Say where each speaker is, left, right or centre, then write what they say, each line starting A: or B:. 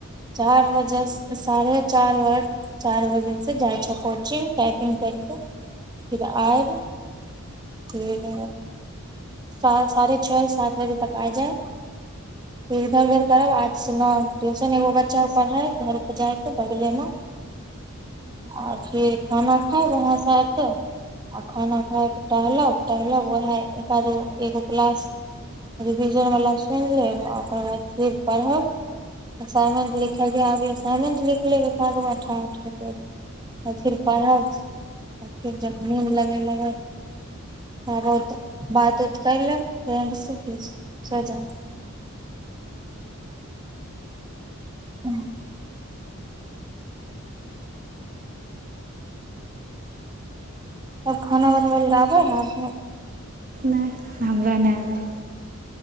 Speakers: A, on the right (about 20°); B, on the right (about 40°).
A: चार बजे साढ़े चार चार बजे से जाइ छ कोचिंग टापिंग करिक फिर आए फिर साढ़े छओ सात बजे तक आ जाय फिर इधर उधर करब न ट्यूशन एगो बच्चाे पढ़इ घर पर जाइके बगलेमे आ फिर खाना खायब वहाँ से आके आ खाना खायके टहलब टहलब ओएह एक आधो एगो क्लास रिविजन वला सुनि लेब आ ओकर बाद फिर पढ़ब असाइनमेंट लिखे अभी असाइनमेंट लिख लेब एकध गो अठठ रुप फिर पढ़ब फिर जब नीन लगे लग आबत बात उत कर लेब फेर सजा ह <inaudible> तब खाना बनबै लएबै ह
B: नहि हमरा नहि आबै